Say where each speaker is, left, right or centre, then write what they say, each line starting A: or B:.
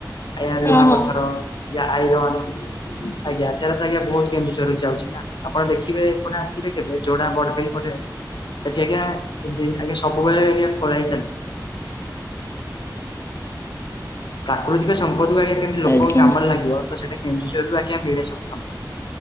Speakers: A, on the left; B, on the left.
A: ଆଜ୍ଞା ଲୁହାପଥର
B: ହଁ ହଁ
A: ଯାହା ଆଇରନ୍ ଆଜ୍ଞା ସେରା ତ ଆଜ୍ଞା ବହୁତ୍ କେନ୍ଦୁଝରରେ ଯାଉଛି ନା ଆପଣ ଦେଖିବେ ଏପେଟ ଆସିବେ କେବେ? ଯୋଡ଼ାବଡ଼ବିଲ୍ ପଟେ ସେଠି ଆଜ୍ଞା ଆଜ୍ଞା ସବୁବେଳେ କିଏ ଖୋଳା ହେଇକି ଚାଲେ। ପ୍ରାକୃତିକ ସମ୍ପଦ କୁ ଆଜ୍ଞା କେମିତି ଲୋକ
B: ଆଜ୍ଞା
A: କାମରେ ଲାଗିବ ତ ସେଟା କେନ୍ଦୁଝରରୁ ଆଜ୍ଞା ମିଳେ ସବୁ ସମ୍ପଦ।